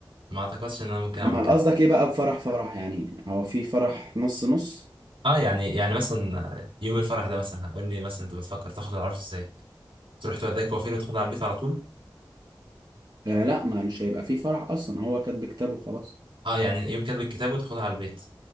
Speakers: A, on the right (about 75°); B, on the right (about 50°).
A: ما اعتقدش ان انا ممكن اعمل
B: امال
A: كده
B: قصدك ايه بقى بفرح فرح يعني هو في فرح نص نص
A: اه يعني يعني مثلا يوم الفرح ده مثلا هقول لي مثلا انت بتفكر تاخد العروس ازاي تروح توديها كوافير وتاخدها على البيت على طول
B: آه لا ما مش هيبقى فيه فرح اصلا هو كاتب كتابه خلاص
A: اه يعني يوم كاتب الكتاب وتاخدها على البيت